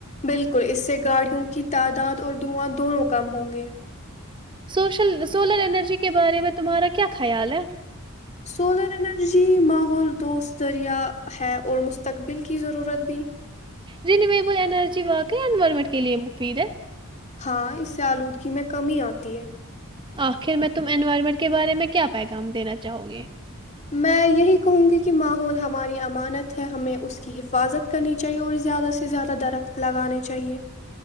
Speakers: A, on the left; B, on the right.
A: بالکل اس سے گاڑیوں کی تعداد اور داں دونوں کم ہوں گے
B: سوشل سولر انرجی کے بارے میں تمہارا کیا خیال ہے
A: سولر انرجی ماحول دوست دذریہ ہے اور مستقبل کی ضرورت بھی
B: رینیویبل انرجی واقع انوائرمنٹ کے لیئے مفید ہے
A: ہاں اس سے آلودگی میں کمی آتی ہے
B: آخر میں تم انوائرمنٹ کے بارے میں کیا پیغام دینا چاہو گے
A: میں یہی کہوں گی کہ ماحول ہماری امانت ہے ہمیں اس کی حفاظت کرنی چاہیے اور زیادہ سے زیادہ درخت لگانے چاہیے